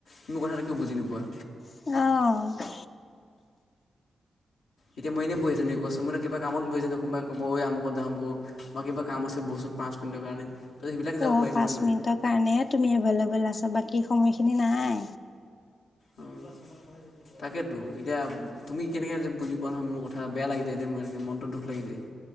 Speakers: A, on the left; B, on the left.
A: তুমি কথাটো কিয় বুজি নোপোৱা
B: অ
A: এতিয়া মই এনে বহি আছোনি কোৱাচোন মইত কিবা কামত বহিছে কোনোবাই কব'ই অই আমুকত যাও বল বা কিবা কাম আছে বৈচোন পাঁচ মিনিটৰ কাৰণে ত সেইবিলাক যাব
B: অঁ
A: পাৰিম
B: পাঁচ
A: না মই
B: মিনিটৰ কাৰণেহে তুমি এভেইলেবল আছা বাকী সময়খিনি নাই।
A: উম তাকেতো এতিয়া তুমি কেনেকে যে বুজি পোৱা নহয় মো কথা বেয়া লাগি যায় দেই সেনেকে মনটো দুখ লাগি যায়